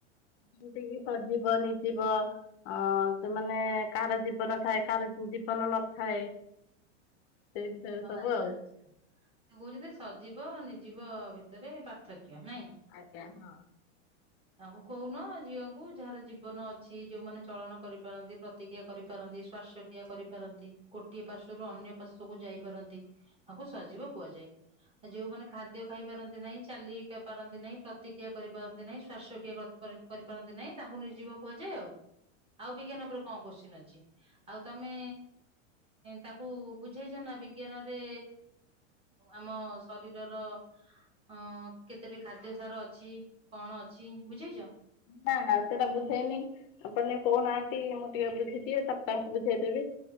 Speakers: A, on the left (about 40°); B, on the right (about 15°).
A: ଯେମିତି କିି ସଜୀବ ନିରଜିବ ଅ ସେମାନେ କାହାର ଜୀବନ ଥାଏ କାହାର ଜୀବନ ନଥାଏ। ସେ ବିଷୟରେ ସବୁ
B: ଆଚ୍ଛା
A: ଆଉ।
B: ଆଚ୍ଛା ତ କହୁଛ ସଜିବ ନିର୍ଜିବ ବି ରେ ପାର୍ଥକ୍ୟ। ନାଇଁ।
A: ଆଜ୍ଞା ହଁ।
B: ତାଙ୍କୁ କହୁନ ଝିଅକୁ ଯାହାର ଜୀବନ ଅଛି ଯୋଉମାନେ ଚଳନ କରିପାରନ୍ତି ପ୍ରତିକ୍ରିୟା କରିପାରନ୍ତି ଶ୍ୱାସକ୍ରିୟା କରିପାରନ୍ତି ଗୋଟିଏ ପାର୍ଶ୍ଵରୁ ଅନ୍ୟ ପାର୍ଶ୍ଵକୁ ଯାଇପାରନ୍ତି। ତାକୁ ସଜୀବ କୁହାଯାଏ। ଆ ଯୋଉମାନେ ଖାଦ୍ୟ ଖାଇ ପାରନ୍ତି ନାହିଁ ଚାଲି ପାରନ୍ତି ନାହିଁ ପ୍ରତିକ୍ରିୟା କରିପାରନ୍ତି ନାହିଁ ଶ୍ୱାସକ୍ରିୟା କରିପାରନ୍ତି ନାହିଁ ତାଙ୍କୁ ନି ଯିବ କୁହାଯାଏ ଆଉ ଆଉ ବିଜ୍ଞାନ ଉପରେ କଣ କୋଶ୍ଚିନ୍ ଅଛି ଆଉ ତମେ ତାଙ୍କୁ ବୁଝେଇଛ ନା ବିଜ୍ଞାନରେ ଆମ ଶରୀରର ଅ କେତେଟ ଖାଦ୍ୟ ସାର ଅଛି କଣ ଅଛି ଅଛି ବୁଝେଇଛ
A: ନା ସେଟା ବୁଝେଇନି ଆପଣ ଟିକେ କହୁନାହାନ୍ତି ମୁଁ ଟିକେ ବୁଝିଦିଏ ତପ ତାଙ୍କୁ ବୁଝେଇଦେବି